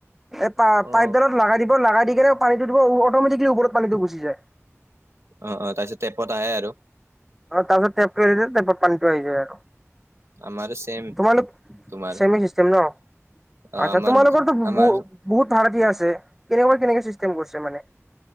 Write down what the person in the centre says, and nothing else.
এ
পাইপডালত লগাই দিব লগাগাই দি কেনে পানীটো দিব অটমেটিকেলি ওপৰত পানীটো গুচি যায়।
অ, তাৰ পাছত টেপটো এৰি দিম আৰু টেপটো‌ পানী আহি‌ যাব আৰু।
তোমালোক
চেমি চিষ্টেম ন।
আচ্ছা
তোমালোকৰ তো ব
বহুত ধাৰতি আছে কেনেকুৱা কেনেকে চিষ্টেম কৰিছে মানে।